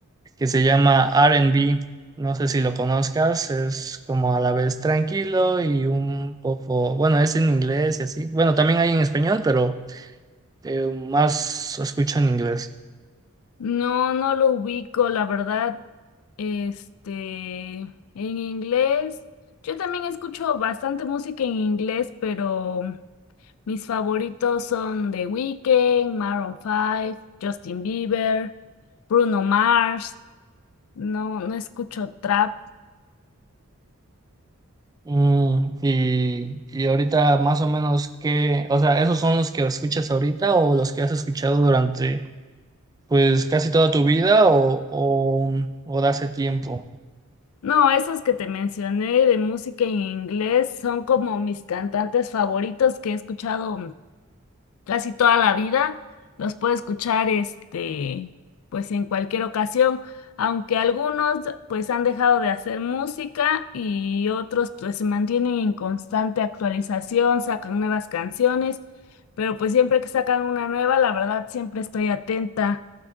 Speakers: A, on the right (about 15°); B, on the left (about 80°).
A: que se llama R and B no sé si lo conozcas, es como a la vez tranquilo y un poco, bueno, es en inglés y así. Bueno, también hay en español, pero eh, más escucho en inglés.
B: No, no lo ubico, la verdad. Este, en inglés, yo también escucho bastante música en inglés, pero mis favoritos son The Weeknd, Maroon 5, Justin Bieber, Bruno Mars. No, no escucho trap.
A: Mm, y, y ahorita más o menos que, o sea, ¿esos son los que escuchas ahorita o los que has escuchado durante Pues casi toda tu vida o, o, o de hace tiempo.
B: No, esos que te mencioné de música en inglés son como mis cantantes favoritos que he escuchado casi toda la vida, los puedo escuchar este, pues en cualquier ocasión, aunque algunos pues han dejado de hacer música y otros pues se mantienen en constante actualización, sacan nuevas canciones, pero pues siempre que sacan una nueva, la verdad siempre estoy atenta.